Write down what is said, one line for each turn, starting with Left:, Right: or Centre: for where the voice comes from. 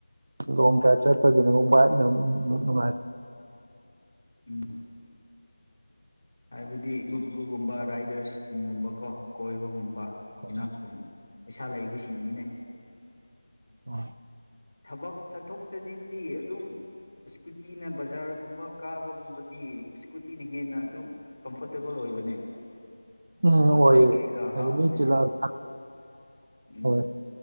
Right: ꯂꯣꯡ ꯗ꯭ꯔꯥꯏꯚ ꯆꯠꯄꯒꯤꯅꯦ ꯑꯃꯨꯛ ꯕꯥꯏ ꯏꯅꯨꯡꯉ
Left: ꯎꯝ ꯍꯥꯏꯕꯗꯤ ꯒ꯭ꯔꯨꯞ ꯒ꯭ꯔꯨꯞꯀꯨꯝꯕ ꯔꯥꯏꯗꯔꯁ ꯒꯨꯝꯕꯀꯣ ꯀꯣꯏꯕꯒꯨꯝꯕ
Right: ꯅꯨꯡꯉꯥꯏꯕ
Left: ꯄ ꯈ ꯄꯩꯁꯥ ꯂꯩꯕꯁꯤꯡꯅꯤꯅꯦ
Right: ꯎꯝ
Left: ꯊꯕꯛ ꯆꯠꯊꯣꯛ ꯆꯠꯁꯤꯟꯗꯤ ꯑꯗꯨꯝ ꯁꯀꯨꯇꯤꯅ ꯕꯖꯥꯔꯒꯨꯝꯕ ꯀꯥꯕꯒꯨꯝꯕꯗꯤ ꯁꯀꯨꯇꯤꯅ ꯍꯦꯟꯅ ꯑꯗꯨꯝ ꯀꯝꯐꯣꯔꯇꯦꯕꯜ ꯑꯣꯏꯕꯅꯦ
Right: ꯎꯝ
Left: ꯄꯣꯠ
Right: ꯑꯣꯏꯑꯦ
Left: ꯆꯩ ꯀꯩꯀꯥ
Right: ꯑꯗꯨ
Left: ꯍꯥꯞꯄꯗꯨꯁꯨ
Right: ꯃꯤ ꯆꯤꯜꯂꯛꯑꯀꯥꯟ
Left: ꯎꯝ
Right: ꯍꯣꯏ